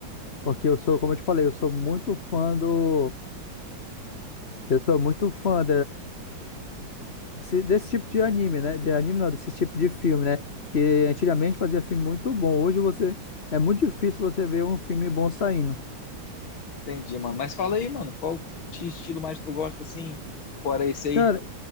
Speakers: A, on the left; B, on the left.
A: Porque eu sou, como eu te falei, eu sou muito fã do, eu sou muito fã Esse- desse tipo de anime, né? De anime não, desse tipo de filme, né? Porque antigamente fazia filme muito bom. Hoje você é muito difícil você ver um filme bom saindo.
B: Entendi, mano. Mas fala aí, mano, qual te- estilo mais tu gosta, assim, fora esse aí?
A: Cara,